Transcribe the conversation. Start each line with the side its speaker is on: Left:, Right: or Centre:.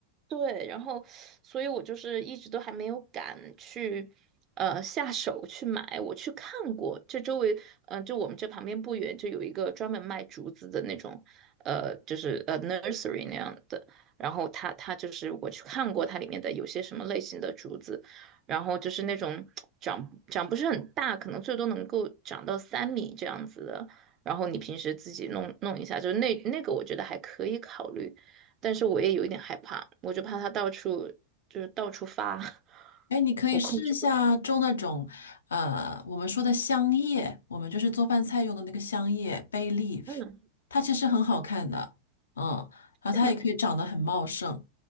Right: 对，然后，所以我就是一直都还没有敢去，呃，下手去买。我去看过，这周围，嗯、呃，就我们这旁边不远就有一个专门卖竹子的那种，呃，就是呃 nursery 那样的。然后它它就是我去看过它里面的有些什么类型的竹子，然后就是那种长长不是很大，可能最多能够长到三米这样子的。然后你平时自己弄弄一下，就是那那个我觉得还可以考虑。但是我也有一点害怕，我就怕它到处就是到处发，<laughs>
Left: 哎，你可以试一下种那种，
Right: 我控制不了。
Left: 呃，我们说的香叶，我们就是做饭菜用的那个香叶 bay leaf，
Right: 嗯，
Left: 它其实很好看的，嗯，然后它也可以长得很茂盛，
Right: 是吗？